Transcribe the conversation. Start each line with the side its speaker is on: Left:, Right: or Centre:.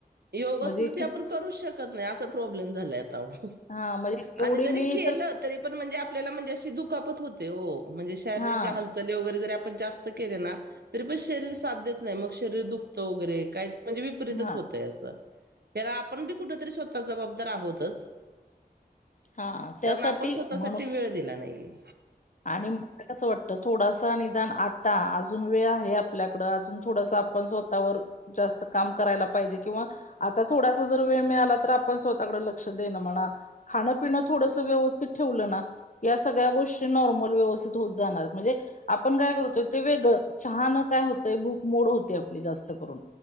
Right: योगासन
Left: म्हणजे
Right: ते
Left: कि
Right: आपण करूच शकत नाही असा प्रॉब्लेम झालाय आता आहो.
Left: हां, म्हणजे एवढी
Right: आणि जरी
Left: मी
Right: केलत
Left: तर
Right: तरी पण म्हणजे आपल्याला म्हणजे अशी दुखापत होते हो म्हणजे शारीरिक
Left: हां,
Right: हालचाल चणे वगैरे जरी आपण जास्त केले ना तरी पण साथ देत नाही शरीर दुखतं वगैरे काय? म्हणजे विपरीतच
Left: हां,
Right: होतय असं त्याला आपण बी कुठरी स्वतः जबाबदार आहोतच
Left: हां. त्यासाठी
Right: कारण आपण स्वतःसाठी
Left: म्हणून
Right: वेळ दिला नाहीये
Left: आणि कसं वाटतं थोडासा निदान आता अजून वेळ आहे आपल्याकडं अजून थोडासा आपण स्वतःवर. जास्त काम करायला पाहिजे. किंवा आता थोडासा जर वेळ मिळाला तर आपण स्वतःकडे लक्ष देण म्हणा. खाणं पिण थोडसं व्यवस्थित ठेवलं ना, या सगळ्या गोष्ट ते नॉर्मल व्यवस्थित होऊन जाणार म्हणजे आपण काय करतोय? ते वेगळं चहान काय होतंय, भूक मोड होते आपली जास्त करून.